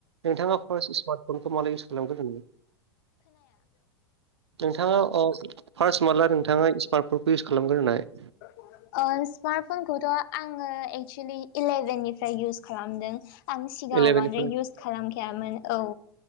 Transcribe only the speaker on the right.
नोंथाङा फार्स स्मार्टफनखौ मारै‌ इउस खालामग्रोदोंमोन नोंथाङा औ फार्स्ट माब्ला नोंथाङा स्मार्ट फनखौ इउस खालामग्रोनाय
इलेभेननिफ्राय